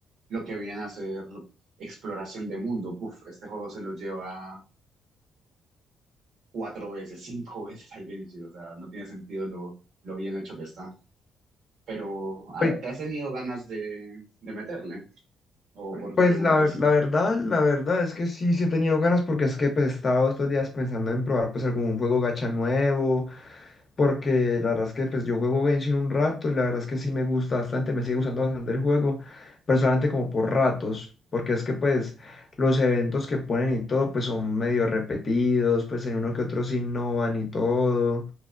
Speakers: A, on the right; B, on the left.
A: lo que habían hacer exploración de mundo. Uf, este juego se lo lleva cuatro veces, cinco veces al Genshin, o sea, no tiene sentido lo, lo bien hecho que está. Pero, ¿ha-
B: Pues,
A: ¿te has tenido ganas de, de meterle? ¿O por
B: pues
A: qué preguntas?
B: la, ver- la verdad, la verdad es que sí, sí he tenido ganas porque es que pues he estado estos días pensando en probar pues algún juego gacha nuevo Porque la verdad es que pues yo juego Genshin un rato y la verdad es que sí me gusta bastante, me sigue gustando bastante el juego, pero solamente como por ratos, porque es que pues los eventos que ponen y todo pues son medio repetidos, pues en uno que otro sí no van y todo,